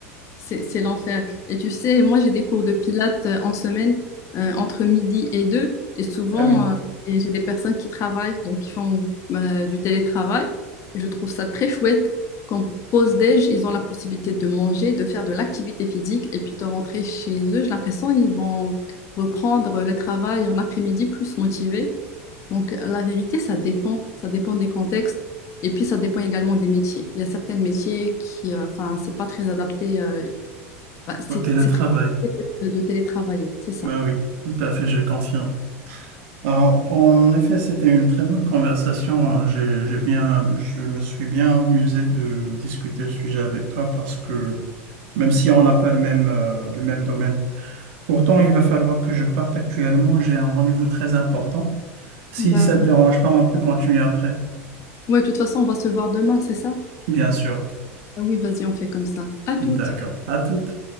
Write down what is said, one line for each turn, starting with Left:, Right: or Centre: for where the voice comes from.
Left: C'est, c'est l'enfer. Et tu sais, moi, j'ai des cours de pilates euh, en semaine euh, entre midi et deux. Et souvent,
Right: Ah oui,
Left: euh, et j'ai des personnes qui travaillent, donc qui font euh, du télétravail. Et je trouve ça très chouette. Qu'en pause-déj, ils ont la possibilité de manger, de faire de l'activité physique et puis de rentrer chez eux. J'ai l'impression qu'ils vont reprendre le travail en après-midi plus motivés. Donc, la vérité, ça dépend. Ça dépend des contextes. Et puis, ça dépend également des métiers. Il y a certains métiers qui, euh, enfin, c'est pas très adapté. euh, bah, c'est
Right: au télétravail.
Left: c'est très compliqué de, de télétravailler, c'est ça.
Right: Ben oui, tout à fait, je confirme. Alors, en effet, c'était une très bonne conversation. J'ai, j'ai bien, je me suis bien amusé de discuter le sujet avec toi parce que même si on n'a pas le même, euh, le même domaine Pourtant, il va falloir que je parte actuellement. J'ai un rendez-vous très important. Si
Left: Bah,
Right: ça te dérange pas, on peut continuer après.
Left: ouais, de toute façon, on va se voir demain, c'est ça?
Right: Bien sûr.
Left: Ah oui, vas-y, on fait comme ça. À toutes.
Right: D'accord. À toutes.